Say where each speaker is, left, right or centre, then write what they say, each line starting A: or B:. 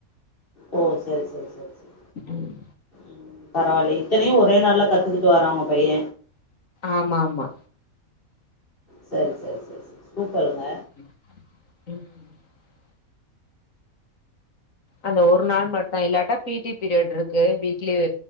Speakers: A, on the left; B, on the left.
A: ஓ சரி சரி சரி சரி
B: ம்
A: ம் பரவால்ல இத்தனையு ஒரே நாள்ல கத்துக்கிட்டு வரா உங்க பைய
B: ஆமா ஆம்மா
A: சரி சரி சரி சரி சூப்பர்ங்க
B: ம் அந்த ஒரு நாள் மட்டு இல்லாட்டா பீ டி பீரியட் இருக்கு வீக்லி